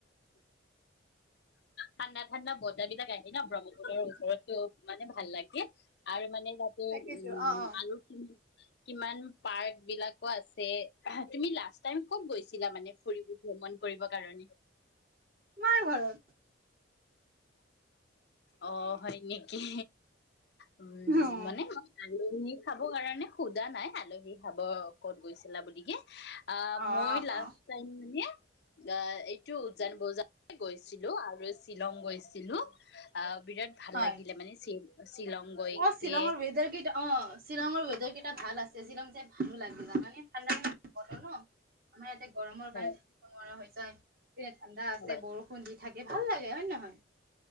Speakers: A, on the left (about 55°); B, on the right (about 50°).
A: ঠাণ্ডা-ঠাণ্ডা বতাহ বিলাক আহে ন' ব্ৰহ্মপু্ত্ৰৰ ওচৰতটো মানে ভাল লাগ গে আৰু মানে তাতে
B: তাকেইতো
A: উম,
B: অ অ
A: আলু কিমান পাৰ্ক বিলাকো আছে, তুমি লাষ্ট টাইম ক'ত গৈছিলা মানে ফুৰিব, ভ্ৰমণ কৰিব কাৰণে?
B: কাৰ ঘৰত?
A: অ', হয় নেকি? উম,
B: অ
A: মানে <unintelligible> আলহী খাব কাৰণে সুধা নাই, আলহী খাব ক'ত গৈছিলা বুলিকে আহ,
B: অ
A: মই লাষ্ট
B: অ
A: টাইম মানে আহ, এইটো উজান বজাৰ গৈছিলো লো আৰু শ্বিলং গৈছিলো, আহ বিৰা ভাল
B: হয়
A: লাগিলে মানে শ্বি-শ্বিলংগইকে।
B: অ <unintelligible> শ্বিলঙৰ ৱেদাৰ কেইটা ভাল আছে, শ্বিলং যাই ভাল লাগে যানা নে মানে ঠাণ্ডা ঠাণ্ডা বতাহ ন। আমাৰ ইয়াতে গৰমৰ
A: হয়
B: কাৰণে থাকিব নোৱাৰা হৈ যায়, যেনে ঠাণ্ডা আছে
A: হয়
B: বৰষুণ ষুণ দি থাকে, ভাল লাগে হয় নে নহয়?